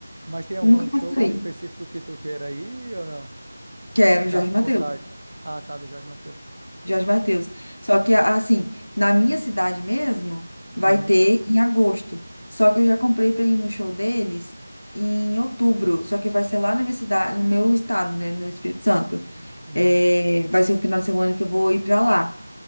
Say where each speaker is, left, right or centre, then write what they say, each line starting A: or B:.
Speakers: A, on the right; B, on the left.
A: mas tem algum
B: Nunca
A: show
B: mais parei.
A: que- específico que tu queira ir ou não?
B: Quero
A: Tu tá
B: Jorge
A: com
B: Mateus.
A: vontade? Ah, tá, do Jorge Mateus.
B: Jorge Mateus. Só que, assim, na minha cidade mesmo,
A: Uhum,
B: vai ter em agosto. Só que eu já comprei para ir no show deles em outubro. Só que vai ser lá na minha cidade, no meu estado, né, no Espírito Santo.
A: uhum.
B: É, vai ser o final de semana que eu vou ir para lá.